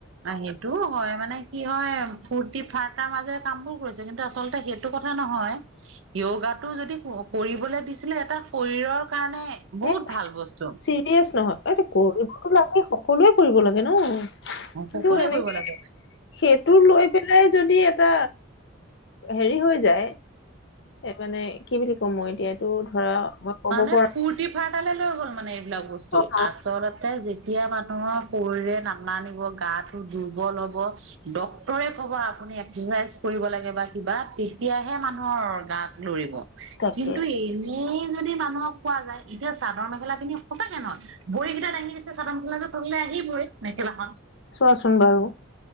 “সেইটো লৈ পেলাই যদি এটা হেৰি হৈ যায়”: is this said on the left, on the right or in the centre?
Left